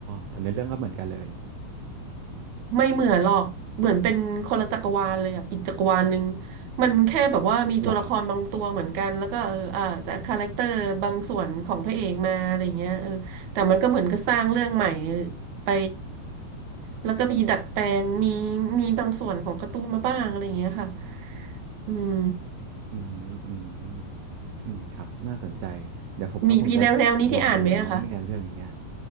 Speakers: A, on the right; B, on the right.
A: แต่ในอเรื่องก็เหมือนกันเลย
B: ไม่เหมือนหรอก เหมือนเป็นคนละจักรวาลเลยอ่ะอีกจักรวาลหนึ่งมันแค่แบบว่ามีตัวละครบางตัวเหมือนกัน
A: เหรอครับ
B: แล้วก็เอออาจจะคาแรคเตอร์บางส่วนของพระเอกมาอะไรเงี้ยเออแต่มันก็เหมือนก็สร้างเรื่องใหม่ไปแล้วก็มีดัดแปลงมีมีบางส่วนของการ์ตูนมาบ้างอะไรเงี้ยค่ะอืม
A: อืมอืมอืมครับน่าสนใจเดี๋ยวผมก็คงจะ
B: มีพี่แนวแนวนี้ที่อ่านไหมอะคะ
A: ลองดูละมั้งเนี่ยเรื่องเนี้ย